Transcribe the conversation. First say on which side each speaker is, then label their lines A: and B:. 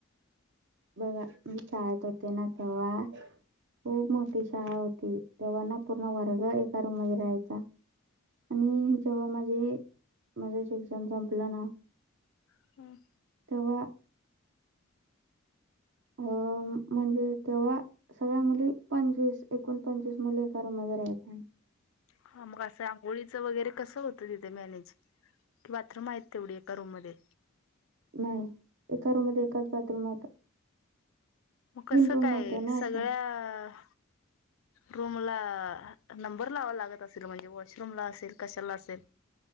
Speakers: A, on the right; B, on the left.
A: <unintelligible> मी शाळेत होती नां तेंव्हा- खूप मोठी शाळां होती, तेंव्हा ना पूर्ण वर्ग एका रूम मध्ये राहायचा. हम्म, जेव्हा माझे माझं शिक्षण संपल ना-
B: <unintelligible>
A: तेंव्हा- अ म्हणजे तेंव्हा सगळ्यां मुली पंचवीस. एकोण पंचवीस मुली एका रूमला राहायचो आम्ही.
B: हां मगं कसं आंघोळीचं वगैरे कसं होतं तिथे मॅनेज. की बाथरूम आहेंत तेवढी एका रूम मध्यें?
A: नाहीं. एका रूममंध्ये एकच बाथरूम होता.
B: मगं कसं
A: रूम
B: कायं?
A: होते ना
B: सगळ्यां
A: असे.
B: रूम ला नंबर लावा लागतं असेल. म्हणजे वॉशरूम ला असेल, कशाला असेल.